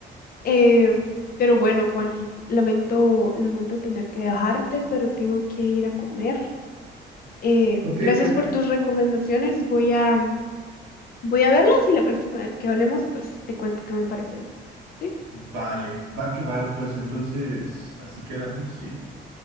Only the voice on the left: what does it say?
Em, pero bueno, Juani, lamento, lamento tener que dejarte, pero tengo que ir a comer. Em,
gracias
por tus recomendaciones. Voy a, voy a verlas y la próxima vez que hablemos, pues te cuento qué me parecieron. ¿Sí?